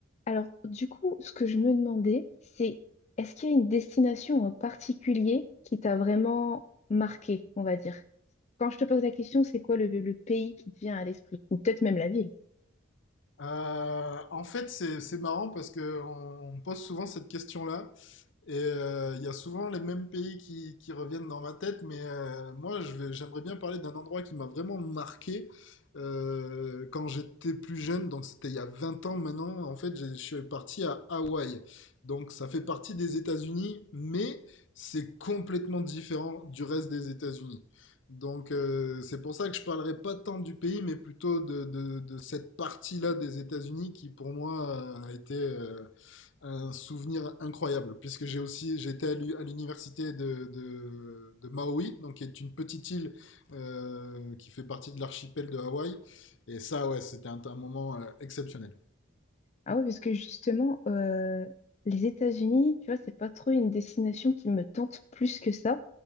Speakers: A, on the left (about 35°); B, on the left (about 60°).
A: Alors, du coup, ce que je me demandais, c'est est-ce qu'il y a une destination en particulier qui t'a vraiment marqué, on va dire? Quand je te pose la question, c'est quoi le, le pays qui te vient à l'esprit? Ou peut-être même la ville.
B: Euh, en fait, c'est c'est marrant parce que on pose souvent cette question-là. Et euh, il y a souvent les mêmes pays qui, qui reviennent dans ma tête, mais euh, moi je vais- j'aimerais bien parler d'un endroit qui m'a vraiment marqué euh, quand j'étais plus jeune, donc c'était il y a 20 ans maintenant, en fait j'ai- je suis parti à Hawaï. Donc ça fait partie des États-Unis, mais c'est complètement différent du reste des États-Unis. Donc euh, c'est pour ça que je parlerai pas tant du pays, mais plutôt de, de- de cette partie-là des États-Unis qui pour moi euh, a été... euh, un souvenir incroyable, puisque j'ai aussi j'étais à l'u- à l'université de, de, de Maui, donc qui est une petite île euh, qui fait partie de l'archipel de Hawaï. Et ça, ouais, c'était un, un moment euh, exceptionnel.
A: Ah ouais, parce que justement, euh, les États-Unis, tu vois, c'est pas trop une destination qui me tente plus que ça.